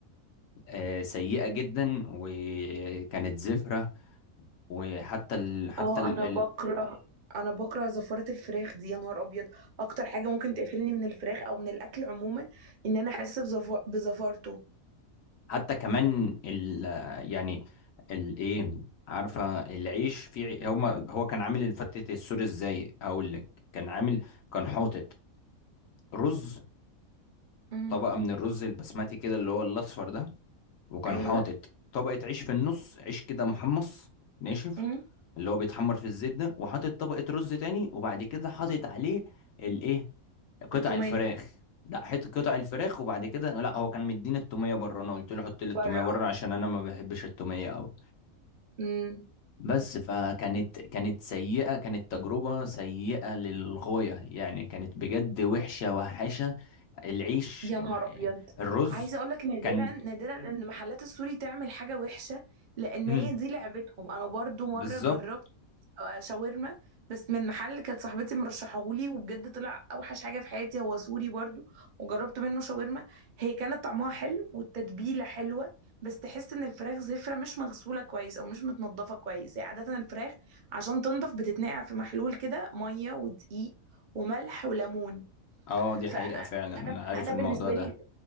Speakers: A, on the left (about 70°); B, on the right (about 45°).
A: آه، سيئة جدا وكانت زفرة وحتى ال... حتى
B: اه
A: ال...
B: انا
A: ال-
B: بكره انا بكره زفارة الفراخ دي يا نهار ابيض اكتر حاجة ممكن تقفلني من الفراخ او من الاكل عموما ان انا احس بزف- بزفارته
A: حتى كمان ال... يعني الايه عارفة العيش في عي- هما هو كان عامل الفتة السوري ازاي هقول لك كان عامل كان حاطط رز
B: امم
A: طبقة من الرز البسمتي كده اللي هو الاصفر ده وكان
B: ايوه
A: حاطط طبقة عيش في النص عيش كده محمص ناشف
B: امم
A: اللي هو بيتحمر في الزيت ده وحاطط طبقة رز تاني وبعد كده حاطط عليه الايه قطع
B: التومية
A: الفراخ لا حط قطع الفراخ وبعد كده لا هو كان مديني التومية بره انا قلت له حط لي التومية
B: بره
A: بره عشان انا ما بحبش التومية قوي
B: امم
A: بس فكانت كانت سيئة كانت تجربة سيئة للغاية يعني كانت بجد وحشة وحشة العيش
B: يا نهار ابيض
A: الرز
B: عايزة اقول لك نادرا
A: كان
B: نادرا ان محلات السوري تعمل حاجة وحشة لان
A: مم.
B: هي دي لعبتهم انا برضو مرة
A: بالظبط
B: جربت آه، شاورما بس من محل كانت صاحبتي مرشحهولي وبجد طلع اوحش حاجه في حياتي هو سوري برضو وجربت منه شاورما هي كانت طعمها حلو والتتبيله حلوه بس تحس ان الفراخ زفره مش مغسوله كويس او مش متنضفه كويس هي عاده الفراخ عشان تنضف بتتنقع في محلول كده ميه ودقيق وملح وليمون
A: اه دي
B: فانا
A: حقيقة فعلا انا عارف
B: انا
A: الموضوع
B: بالنسبه
A: ده
B: لي